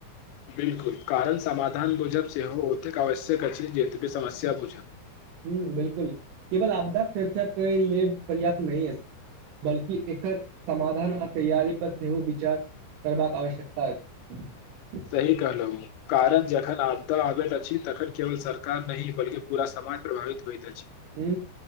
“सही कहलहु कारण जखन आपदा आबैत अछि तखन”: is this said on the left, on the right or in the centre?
Left